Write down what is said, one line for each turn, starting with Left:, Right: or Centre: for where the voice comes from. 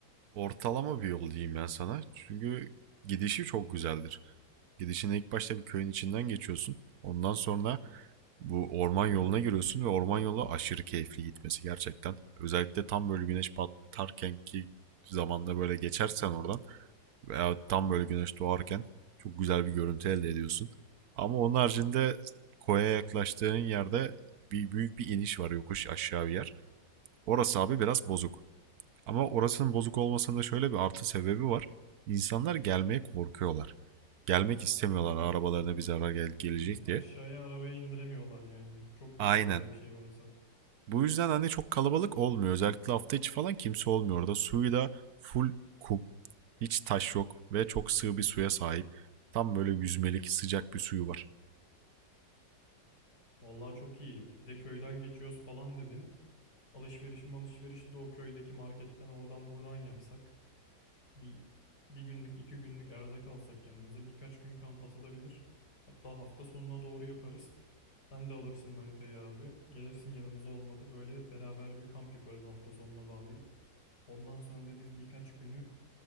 Right: Ortalama bir yol diyeyim ben sana. Çünkü gidişi çok güzeldir. Gidişin ilk başta bir köyün içinden geçiyorsun. Ondan sonra bu orman yoluna giriyorsun ve orman yolu aşırı keyifli gitmesi gerçekten. Özellikle tam böyle güneş batarken ki zamanda böyle geçersen oradan veya tam böyle güneş doğarken çok güzel bir görüntü elde ediyorsun. Ama onun haricinde koya yaklaştığın yerde bir büyük bir iniş var yokuş aşağı bir yer. Orası abi biraz bozuk. Ama orasının bozuk olmasında şöyle bir artı sebebi var. İnsanlar gelmeye korkuyorlar. Gelmek istemiyorlar arabalarına bir zarar gel- gelecek
Left: Hmm, aşağıya
Right: diye.
Left: arabaya indiremiyorlar yani. Çok
Right: Aynen.
Left: güzel öyle bir şey varsa.
Right: Bu yüzden hani çok kalabalık olmuyor. Özellikle hafta içi falan kimse olmuyor. Orada suyu da full kum. Hiç taş yok ve çok sığ bir suya sahip. Tam böyle yüzmelik sıcak bir suyu var.
Left: Vallahi çok iyi. Bir de köyden geçiyoruz falan dedin. Alışverişim alışverişi de o köydeki marketten oradan buradan yapsak. Bir, bir günlük, iki günlük erzak alsak yanımıza birkaç gün kamp atılabilir. Hatta hafta sonuna doğru yaparız. Sen de alırsın manitayı abi. Gelirsin yanımıza olmadı böyle beraber bir kamp yaparız hafta sonuna bağlayıp. Ondan sonra da biz birkaç günü